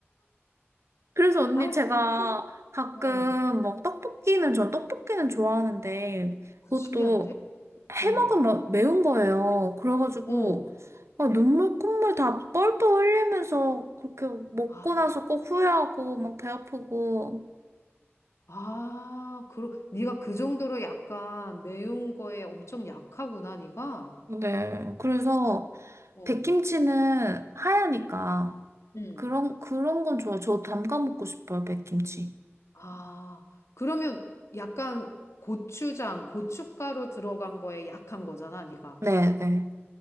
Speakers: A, on the right; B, on the left.
A: 그래서 언니
B: 아,
A: 제가
B: 진짜?
A: 가끔
B: 어.
A: 막 떡볶이는 전 떡볶이는 좋아하는데
B: 그
A: 그것도
B: 신기한데?
A: 해
B: 응.
A: 먹으면 매운 거예요. 그래가지고
B: 응.
A: 아, 눈물 콧물 다 뻘뻘 흘리면서 그렇게 먹고
B: 아,
A: 나서 꼭 후회하고 막 배 아프고
B: 아, 그러, 네가 그 정도로 약간 매운 거에 엄청 약하구나, 네가.
A: 네 그래서
B: 어.
A: 백김치는 하얘니까
B: 응.
A: 그런 그런 건 좋아요. 저 담가 먹고 싶어요 백김치.
B: 아, 그러면 약간 고추장, 고춧가루 들어간 거에 약한 거잖아, 네가.
A: 네네.